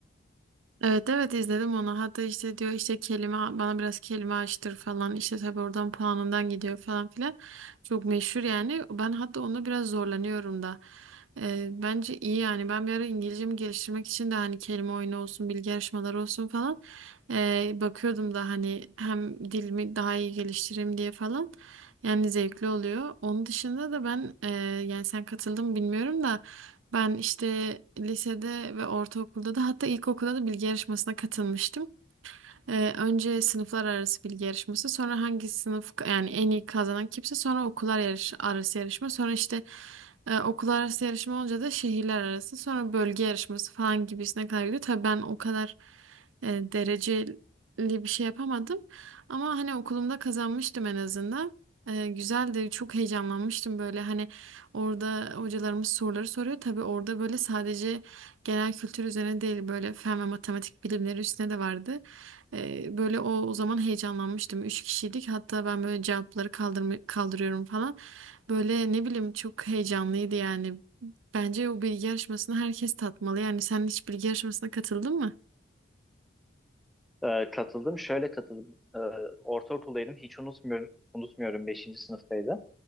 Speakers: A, on the right; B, in the centre.
A: Evet evet izledim onu. Hatta işte diyor işte kelime bana biraz kelime açtır falan. İşte tabii oradan puanından gidiyor falan filan. Çok meşhur yani. Ben hatta onda biraz zorlanıyorum da. Ee, bence iyi yani. Ben bir ara İngilizcemi geliştirmek için de hani kelime oyunu olsun, bilgi yarışmaları olsun falan. ee, bakıyordum da hani hem dilimi daha iyi geliştireyim diye falan. Yani zevkli oluyor. Onun dışında da ben ee, yani sen katıldın mı bilmiyorum da Ben işte lisede ve ortaokulda da hatta ilkokulda da bilgi yarışmasına katılmıştım. Ee, önce sınıflar arası bilgi yarışması, sonra hangi sınıf yani en iyi kazanan kimse, sonra okullar yarış, arası yarışma, sonra işte e, okullar arası yarışma olunca da şehirler arası, sonra bölge yarışması falan gibisine kadar gidiyor. Tabii ben o kadar e, dereceli bir şey yapamadım ama hani okulumda kazanmıştım en azından. Ee, güzeldi, çok heyecanlanmıştım böyle hani orada hocalarımız soruları soruyor. Tabii orada böyle sadece genel kültür üzerine değil böyle fen ve matematik bilimleri üstüne de vardı. Ee, böyle o, o zaman heyecanlanmıştım. Üç kişiydik. Hatta ben böyle cevapları kaldırma, kaldırıyorum falan. Böyle ne bileyim çok heyecanlıydı yani. Bence o bilgi yarışmasını herkes tatmalı. Yani sen hiç bilgi yarışmasına katıldın mı?
B: Ee, katıldım. Şöyle katıldım. Ee, ortaokuldaydım. Hiç unutmuyorum. Unutmuyorum. Beşinci sınıftaydım.